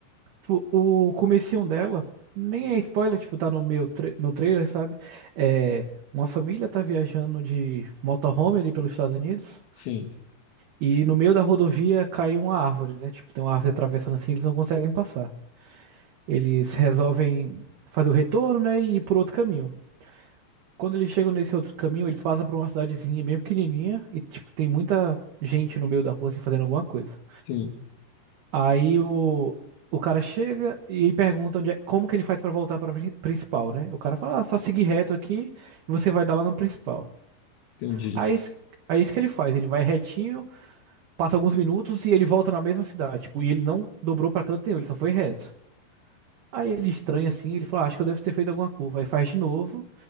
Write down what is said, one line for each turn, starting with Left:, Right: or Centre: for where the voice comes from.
Right: Tipo, o comecinho dela, nem é spoiler, tipo, tá no meu tra- no trailer, sabe? É, uma família tá viajando de motorhome ali pelos Estados Unidos
Left: Sim,
Right: e no meio da rodovia cai uma árvore, né? Tipo, tem uma árvore atravessando assim, eles não conseguem passar. Eles resolvem fazer o retorno, né, e ir por outro caminho. Quando eles chegam nesse outro caminho, eles passam por uma cidadezinha bem pequenininha e, tipo, tem muita gente no meio da rua, assim, fazendo alguma coisa.
Left: sim,
Right: Aí o, o cara chega e pergunta onde é, como que ele faz pra voltar pra prin- principal, né? O cara fala, ah, só seguir reto aqui e você vai dar lá no principal.
Left: entendi.
Right: Aí é isso, aí é isso que ele faz, ele vai retinho, passa alguns minutos e ele volta na mesma cidade, tipo, e ele não dobrou pra canto nenhum, ele só foi reto. Aí ele estranha assim, ele fala, "Ah, acho que eu devo ter feito alguma curva. Aí faz de novo